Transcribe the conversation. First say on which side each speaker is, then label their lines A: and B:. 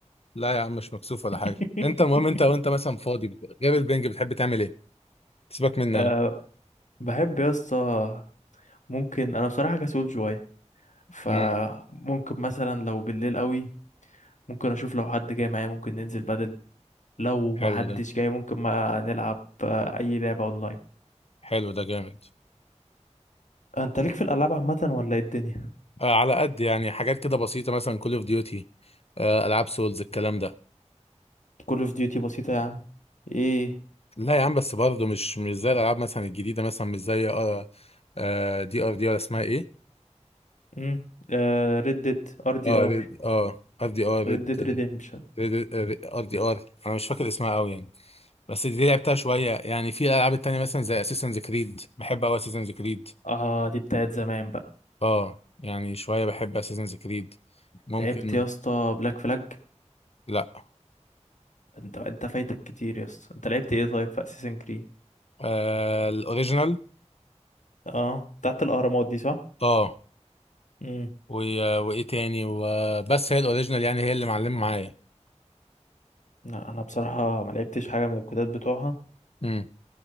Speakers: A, on the left; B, on the left.
A: لا يا عم مش مكسوف ولا حاجة
B: <laughs>
A: أنت المهم أنت وأنت مثلا فاضي غير البنج بتحب تعمل إيه؟ سيبك مني
B: أه
A: أنا
B: بحب يا اسطى ممكن انا بصراحة كسول شوية فممكن
A: امم
B: مثلا لو بالليل قوي ممكن اشوف لو حد جاي معايا ممكن ننزل بدل لو ما
A: حلو
B: حدش
A: ده
B: جاي ممكن ما نلعب آه، اي لعبة اونلاين
A: حلو ده جامد
B: انت ليك في الالعاب عامة ولا ايه الدنيا
A: آه على قد يعني حاجات كده بسيطة مثلا كول أوف ديوتي ألعاب سولز الكلام ده
B: كول اوف ديوتي بسيطة يا عم ايه
A: لا يا عم بس برضه مش مش زي الالعاب مثلا الجديده مثلا مش زي اه آه، دي ار دي ولا اسمها ايه
B: امم آه ردت ار دي
A: اه
B: ار
A: ريد اه ار دي ار ريد
B: ردت ريديمشن
A: ريد ار دي ار انا مش فاكر اسمها قوي يعني بس دي لعبتها شويه يعني في الالعاب التانيه مثلا زي اساسنز كريد بحب قوي اساسنز كريد
B: اه دي بتاعت زمان بقى
A: اه يعني شويه بحب اساسنز كريد ممكن
B: لعبت يا اسطى بلاك فلاج
A: لا
B: انت انت فايتك كتير يا اسطى انت لعبت ايه طيب في اساسن كريد
A: آه الاوريجينال
B: اه بتاعت الاهرامات دي صح
A: اه
B: امم
A: و... وايه تاني وبس هي الاوريجينال يعني هي اللي معلمه معايا
B: لا انا بصراحة ما لعبتش حاجة من الجداد بتوعها
A: امم